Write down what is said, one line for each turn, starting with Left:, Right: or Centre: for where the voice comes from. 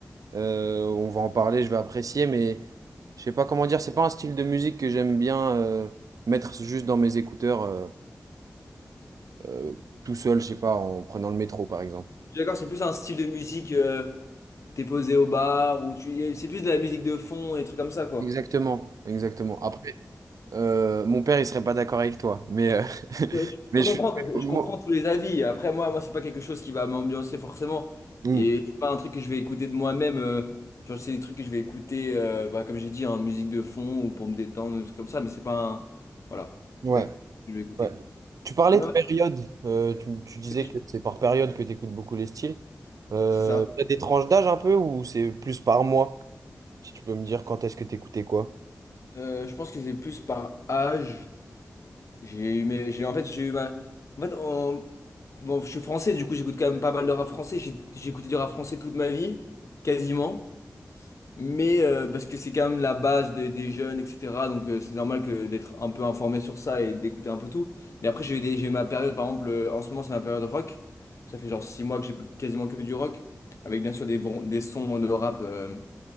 Right: Euh, on va en parler, je vais apprécier, mais je sais pas comment dire, c'est pas un style de musique que j'aime bien euh, mettre juste dans mes écouteurs euh, euh, tout seul, je sais pas, en prenant le métro par exemple.
Left: Je suis d'accord, c'est plus un style de musique, euh, t'es posé au bar, ou tu, c'est plus de la musique de fond et des trucs comme ça, quoi.
Right: Exactement, exactement. Après, euh, mon père, il serait pas d'accord avec toi, mais euh, <laughs>
Left: Euh, Je
Right: mais
Left: peux
Right: je
Left: comprendre,
Right: suis.
Left: je
Right: moi-
Left: je comprends tous les avis. Après, moi, moi, c'est pas quelque chose qui va m'ambiancer forcément.
Right: Hmm.
Left: Et c'est pas un truc que je vais écouter de moi-même. euh, genre, c'est des trucs que je vais écouter, euh, bah, comme j'ai dit, en musique de fond ou pour me détendre, des trucs comme ça. Mais c'est pas un. Voilà.
Right: Ouais,
Left: C'est pas quelque chose que je vais écouter.
Right: ouais. Tu parlais
Left: Mais
Right: de
Left: en
Right: période. euh, tu, tu disais
Left: fait, je-
Right: que c'est par période que tu écoutes beaucoup les styles. Euh,
Left: c'est ça.
Right: t'as des tranches d'âge un peu ou c'est plus par mois? Si tu peux me dire quand est-ce que tu écoutais quoi?
Left: Euh, je pense que c'est plus par âge. J'ai eu mes. J'ai, en fait, j'ai eu ma. En fait, en- bon, je suis français, du coup, j'écoute quand même pas mal de rap français. J'ai j'ai écouté du rap français toute ma vie, quasiment. Mais euh, parce que c'est quand même la base des, des jeunes, etc. Donc euh, c'est normal que d'être un peu informé sur ça et d'écouter un peu tout. Mais après j'ai eu des, j'ai eu ma période, par exemple, euh, en ce moment c'est ma période rock. Ça fait genre six mois que j'écoute quasiment que du rock, avec bien sûr des, bron- des sons de rap euh,